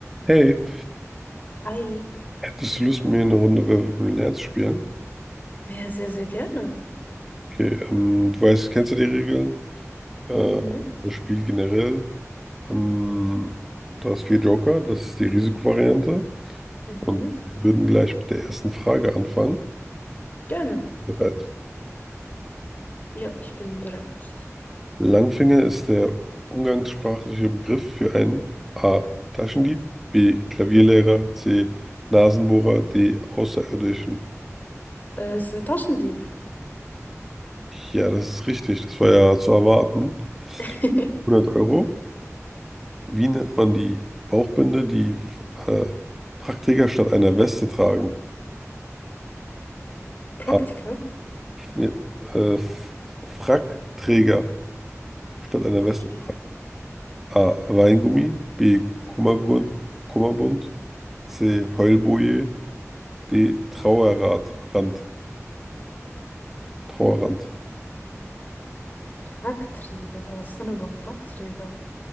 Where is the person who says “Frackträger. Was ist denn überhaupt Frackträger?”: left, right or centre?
Left